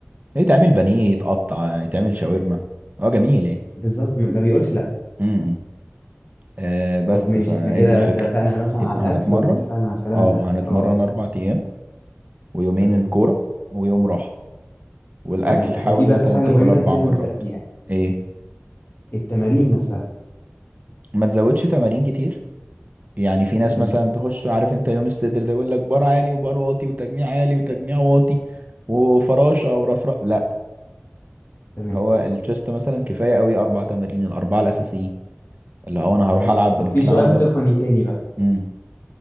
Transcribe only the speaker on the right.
يتعمل بانيه يتقطع يتعمل شاورما اه جميل يعني
امم إمم. آه بس
فهي
دي الفكرة
يبقى
هنتمرن
اه
هنتمرن
اربع ايام ويومين
كورة ويوم راحة والاكل
حاول
مثلا
تاكل
اربع
مرات
ايه
ما تزودش تمارين كتير يعني في ناس
مثلا تخش عارف انت يوم الصدر ده يقول لك بار عالي وبار واطي وتجميع عالي وتجميع واطي وفراشه او رفرف لا
هو التشيست مثلا كفايه قوي اربع تمارين الاربعه الاساسيين اللي هو انا
هروح العب
انكلاين
ده
امم